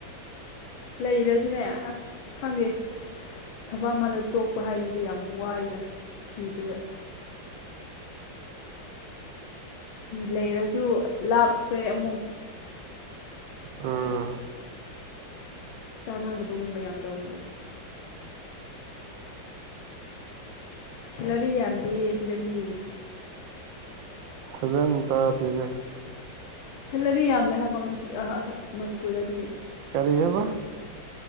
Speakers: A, on the left; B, on the right.
A: ꯂꯩꯔꯁꯨꯅꯦ ꯑꯁ ꯈꯪꯗꯦ ꯊꯕꯛ ꯑꯃꯗ ꯇꯣꯛꯄ ꯍꯥꯏꯁꯤꯗꯤ ꯌꯥꯝ ꯋꯥꯏꯗ ꯊꯤꯕꯗ ꯂꯩꯔꯁꯨ ꯂꯥꯞꯄꯦ ꯑꯃꯨꯛ <inaudible>
B: ꯎꯝ
A: ꯆꯥꯅꯗꯕꯒꯨꯝꯕ ꯌꯥꯝ ꯇꯧꯋꯦꯕ ꯁꯦꯂꯔꯤ ꯌꯥꯝꯗꯦ ꯁꯤꯗꯗꯤ
B: ꯐꯖꯅ ꯇꯥꯗꯦꯅ‌ꯦ
A: ꯁꯦꯂꯔꯤ ꯌꯥꯝꯗꯦ ꯍꯥꯏꯕ ꯉꯁꯤ ꯑꯍꯥ ꯑꯍꯥ ꯃꯅꯤꯄꯨꯔꯗꯗꯤ
B: ꯀꯔꯤꯑꯕ